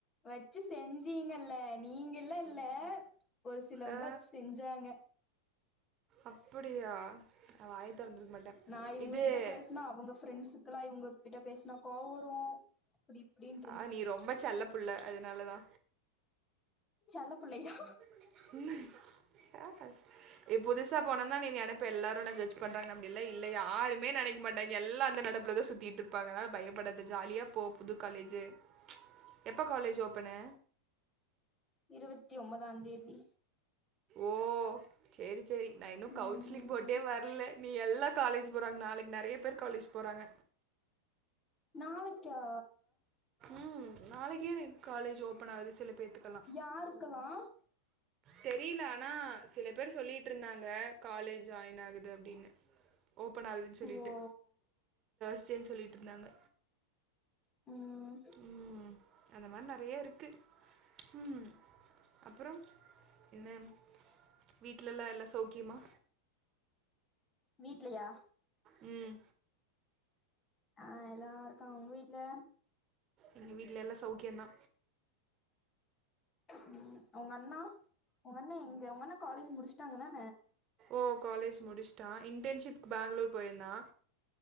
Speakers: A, on the left (about 25°); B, on the right (about 30°).
A: வச்சு செஞ்சீங்கல்ல நீங்கல்ல இல்ல ஒரு சிலவங்கள
B: அ
A: வச் செஞ்சாங்க
B: அப்புடியா நா வாய தொறந்திருக்க மாட்டே
A: நா இவங்ககிட்ட
B: இது
A: பேசுனா அவங்க ஃப்ரெண்ட்ஸுக்கெல்லா இவங்க கிட்ட பேசினா கோவ் வரு அப்டி இப்டினு இருந்துச்சு
B: ஆ நீ ரொம்ப செல்ல புள்ள அதனாலதா
A: செல்ல பிள்ளையா
B: இ நீ புதுசா போனனா நீ நினப்ப எல்லாரு ஒன்ன ஜட்ஜ் பண்றாங்க அப்டிலா இல்ல யாருமே நெனைக் மாட்டாங்க எல்லா அந்த நனப்புலதா சுத்திட்டு இருப்பாங்க அதனால பயப்படாத ஜாலியா போ புது காலேஜு ம்ச் எப்ப காலேஜ் ஓஃபனு
A: இருவத்தி ஒன்பதாந் தேதி
B: ஓ சேரி செரி நா இன்னு
A: ம்
B: கவுன்சிலிங் போட்டே வர்ல நீ எல்லா காலேஜ் போறாங்க நாளைக்கு நெறய பேர் காலேஜ் போறாங்க
A: நாளைக்கா
B: ம் நாளைக்கே காலேஜ் ஓஃபன் ஆகுது சில பேர்த்துக்கெல்லாம்
A: யாருக்கலாம்
B: தெரியல ஆனா சில பேர் சொல்லிட்டு இருந்தாங்க காலேஜ் ஜாயின் ஆகுது அப்டின்னு ஓபன் ஆகுதுன்னு சொல்லிட்டு
A: ஓ
B: ச்சேன்னு சொல்லிட்டு இருந்தாங்க
A: உம்ம்
B: ம் அந்த மாரி நறைய இருக்கு உஹம் அப்புரோ என்ன வீட ட்லல்ல எல்லா சோக்கியமா
A: வீட்லையா
B: உம்
A: ஆஹ் எல்லா இருக்காங்க உங்க வீட்டு்ல
B: எங்க வீட்டில எல்லா சௌகியந்தா
A: உம் உங்க அண்ணா உங்க அண்ணா எங்க உங்கண்ண காலேஜ் முடிச்சுட்டாங்க தா
B: ஓ காலேஜ் முடிச்சுட்டா இன்டர்ன்ஷிப் பெங்களூர் போயிருந்தா